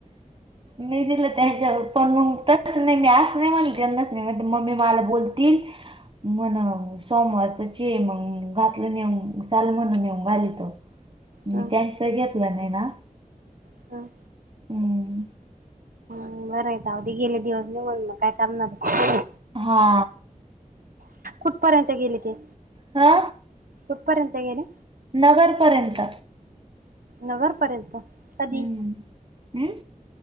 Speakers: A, on the right; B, on the right.
A: मी दिलं त्यांच्यावर पण मग त नाही मी असं नाही म्हणल त्यांना मी म्हंटल मम्मी मला बोलतील म्हण सोमवारचच ये मग घातलं नेऊन चाल म्हण नेऊन घालितो,
B: हं
A: मी त्यांच घेतलं नाही ना
B: हं
A: हम
B: बरय जाऊदे गेले दिवस निघून मग काय करणार आहे.
A: हा
B: कुठपर्यंत गेली ते
A: हा
B: कुठपर्यंत गेल्या
A: नगरपर्यंत
B: नगरपर्यंत
A: हम्म
B: कधी?
A: हम्म